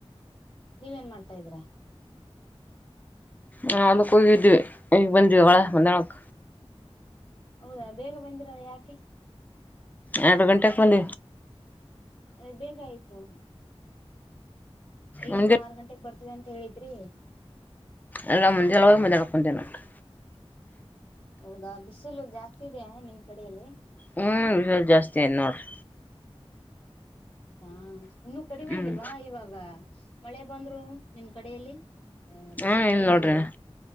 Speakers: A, on the left; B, on the left.
A: ನೀವ ಏನ್ ಮಾಡ್ತಾ ಇದೀರಾ.
B: ಹಾ ಮ ಫುಲ್ ಇದ್ದೀವಿ ಈಗ ಬಂದ್ವಿ ಒಂದಾಲಕ
A: ಹೌದಾ ಬೇಗ ಬಂದಿರ ಯಾಕೆ.
B: ಯಡ ಗಂಟೆ ಬಂದ
A: ಅದೇ ಹೇಗ ಆಯ್ತು. ಐದು
B: ಮುಂಜೆ
A: ಆರ್ ಗಂಟೆೆಗ ಬರ್ತೀವಿ ಅಂತ ಹೇಳಿದ್ರಿ.
B: ಅಲ್ಲ ಮುಂಜಾಳೆ ಹೋಗಿ ಮಾಡ್ಯಾಳಕ ಬಂದು ನೋಡ್ರಿ.
A: ಹೌದಾ ಬಿಸಿಲ ಜಾಸ್ತಿ ಇದೆ ನಿಮ್ ಕಡಲ್ಲಿ
B: ಹ್ಮ ವಿಲ್ ಜಾಸ್ತಿ ಆರ್ ನೋಡ್ರಿ.
A: ಹೌದಾ ಇನ್ನುೂ ಕಡಿಮೆ
B: ಹ್ಮ್
A: ಆಗಿಲ್ವಾ ಇವಾಗ ಮಳೆ ಬಂದ್ರು ನಿಮ್ ಕಡೆಯಲ್ಲಿ ಬಿಸಿಲು
B: ಹ್ಮ್
A: ಕಡಿಮೆ
B: ಇಲ್ ನೋಡ್ರಿದ
A: ಆಗಿಲ್ವಾ